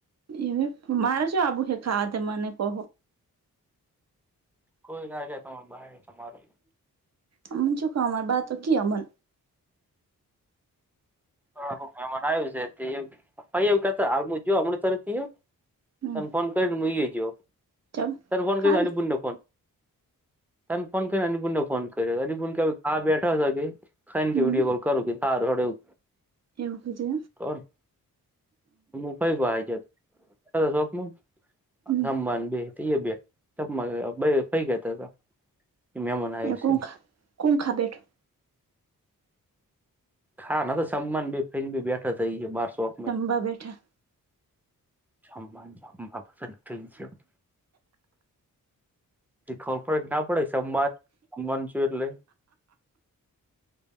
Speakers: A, on the right (about 45°); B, in the centre.
A: એ મારે જો આબુ હે ખા તે મને કહો
B: કોઈ નાાગે ત બ તમારે
A: અમન ચુખ અમાર બા તો ક અમન
B: અ હ મેં બનાયુ છે તે પપૈયું કેતા એવું કેતા <unintelligible> જો હમણાં તને થયું?
A: હમ
B: ત ફોન કરીને મ એજ હો
A: ચમ
B: ત ફોન
A: ખાલી
B: કરીને અને પ ન ફોન ત ફોન કરને અનપુણને ફોન કર્યો અનપુણ કેા બેઠા હ કે ખ
A: હમ
B: કે વિડીયો કોલ કરું કે સારું હડવું
A: એવહદે
B: ઓર. કઈ છે? પણ
A: હમ
B: સંભન બે બે કપ ફઈ કહેતા હતા. મહેમાન આવ્યું
A: એ કોણ
B: છે
A: ખાય? કોણ ખાવા બેઠું?
B: હા, ન્યા તો સામાન બેય ફરી બેઠો થઈ ગયો. બહાર શોપમાં.
A: બા બેઠા.
B: જબા જમ્બા પાસે છે. <inaudible> ખબર ના પડે, એ સમજાવું છું એટલે